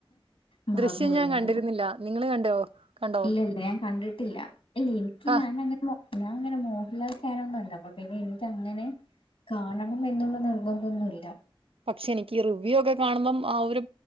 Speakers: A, on the left; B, on the right.
A: മറന്ന്
B: ദൃശ്യം
A: പോയി
B: ഞാൻ
A: ഞാന്
B: കണ്ടിരുന്നില്ല നിങ്ങള് കണ്ടോ കണ്ടോ
A: ഇല്ല ഇല്ല ഞാൻ കണ്ടിട്ടില്ല ഇല്ല ഇൻക്ക്
B: ആ
A: ഞാനങ്ങനെ മോ ഞാൻ അങ്ങനെ മോഹൻലാൽ ഫാനൊന്നല്ല അപ്പൊ പിന്നെ ഇൻക്ക് അങ്ങനെ കാണണം എന്നുള്ള നിർബന്ധം ഒന്നുല്ല
B: പക്ഷെ ഇനിക്ക് റിവ്യൂ ഒക്കെ കാണുമ്പം ആ ഒരു